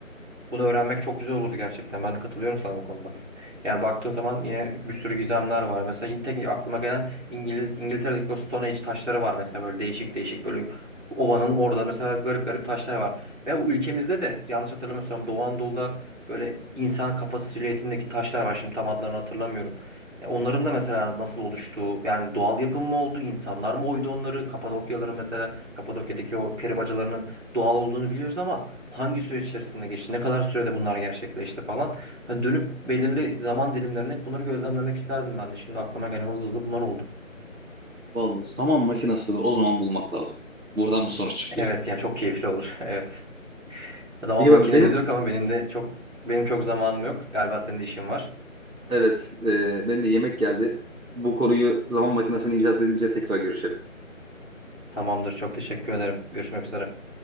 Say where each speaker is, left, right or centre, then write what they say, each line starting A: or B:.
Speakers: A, on the right; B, on the right.
A: Bunu öğrenmek çok güzel olurdu gerçekten. Ben de katılıyorum sana bu konuda. Yani baktığın zaman yine bir sürü gizemler var. Mesela yine tek aklıma gelen İngil İngiltere'deki o Stone Age taşları var. Mesela böyle değişik değişik böyle ovanın orada mesela garip garip taşlar var. Ve bu ülkemizde de yanlış hatırlamıyorsam Doğu Anadolu'da böyle insan kafası silüetindeki taşlar var. Şimdi tam adlarını hatırlamıyorum. Ya Onların da mesela nasıl oluştuğu, yani doğal yapım mı oldu, insanlar mı oydu onları? Kapadokyaların mesela, Kapadokya'daki o peri bacalarının doğal olduğunu biliyoruz ama hangi süreç içerisinde geçti, ne kadar sürede bunlar gerçekleşti falan. Hani dönüp belirli zaman dilimlerine hep bunları gözlemlemek isterdim ben de. Şimdi aklıma gelen hızlı hızlı bunlar oldu.
B: Vallahi zaman makinasını o zaman bulmak lazım. Buradan bu sonuç çıkıyor.
A: Evet yani çok keyifli olur. <laughs> Evet. Zaman
B: Peki
A: makinemiz
B: ben benim
A: yok ama benim de çok benim çok zamanım yok. Galiba senin de işin var.
B: evet e, benim de yemek geldi. Bu konuyu zaman makinesini icat edince tekrar görüşelim.
A: Tamamdır. Çok teşekkür ederim. Görüşmek üzere.